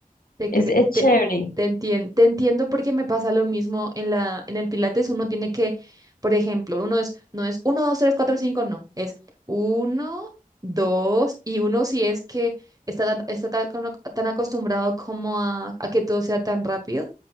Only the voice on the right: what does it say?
Te,
cre-
te, te entien- te entiendo porque me pasa lo mismo en la, en el Pilates. Uno tiene que, por ejemplo, uno es, no es uno, dos, tres, cuatro, cinco, no. Es uno, dos, y uno si es que está tan, está tan, como- tan acostumbrado como a, a que todo sea tan rápido.